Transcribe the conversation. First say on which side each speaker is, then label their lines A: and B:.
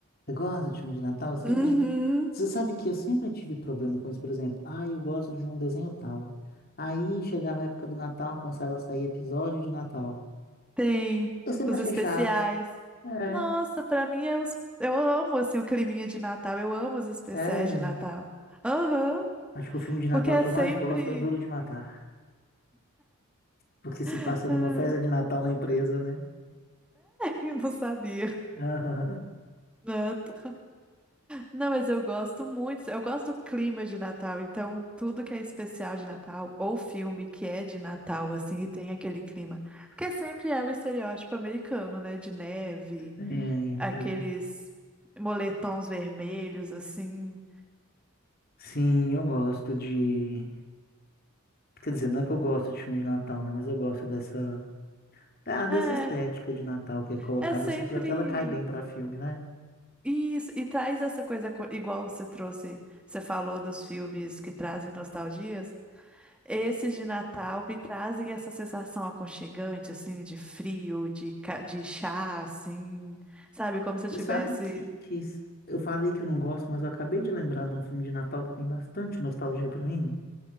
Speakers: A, on the left (about 45°); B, in the centre.
A: Eu gosto de filme de Natal, eu sempre.
B: Uhum.
A: Você sabe que eu sempre tive problema com isso, por exemplo. Ah, eu gosto de um desenho tal. Aí chegava a época do Natal, começava a sair episódio de Natal.
B: Tem
A: Eu sempre
B: os
A: achei
B: especiais.
A: chato. É,
B: Nossa, pra mim é os... eu amo assim o climinha de Natal, eu amo os especiais
A: é.
B: de Natal. Aham,
A: Acho que o filme de
B: porque
A: Natal
B: é
A: que
B: sempre.
A: eu mais gosto é Duro de Matar. Porque se passa
B: <laughs>
A: numa festa de Natal na empresa, né?
B: eu não sabia.
A: <laughs> Aham,
B: Não, tô- não, mas eu gosto muito. Eu gosto do clima de Natal, então tudo que é especial de Natal, ou filme que é de Natal, assim, e tem aquele clima. Porque sempre é o estereótipo americano, né? De neve,
A: Sempre.
B: aqueles moletons vermelhos, assim.
A: Sim, eu gosto de. Quer dizer, não é que eu gosto de filme de Natal, né? Mas eu gosto dessa. Ah, dessa
B: É.
A: estética de Natal que é colocada
B: É sempre.
A: assim, pior que ela cai bem pra filme, né?
B: E, isso- e traz essa coisa co- igual você trouxe, você falou dos filmes que trazem nostalgias. Esses de Natal me trazem essa sensação aconchegante, assim, de frio, de, ca- de chá, assim, sabe? Como se eu
A: Você
B: tivesse.
A: sabe que, que s- eu falei que eu não gosto, mas eu acabei de lembrar de um filme de Natal que tem bastante nostalgia pra mim,